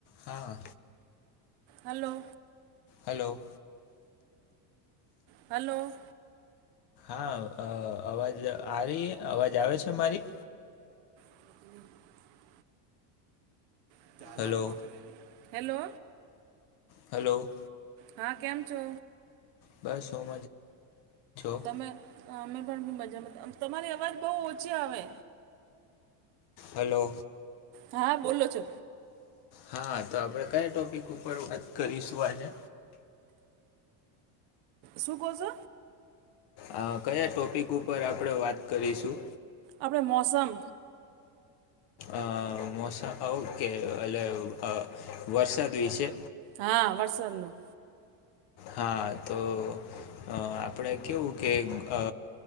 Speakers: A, on the left; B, on the right.
A: હા
B: hello
A: hello
B: hello
A: હા અવાજ આવી અવાજ આવે છે મારી?
B: <inaudible> <unintelligible>
A: હલો
B: હેલો
A: હલો
B: હા કેમ છો?
A: બસ હું <unintelligible>
B: અમે અમે પણ બી મજામાં તમારી અવાજ બહુ ઓછી આવે.
A: હલો
B: હા બોલો છો.
A: હા તો આપડે કયા ટોપિક ઉપર વાત કરીશું આજે?
B: શું કોસો?
A: અ કયા ટોપિક ઉપર આપણેે વાત કરીશું?
B: આપડે મોસમ.
A: અ મોસમ ઓકે એટલે વરસાદ વિશે,
B: હા વરસાદનું.
A: હા તો અ આપડે કેવું કે અ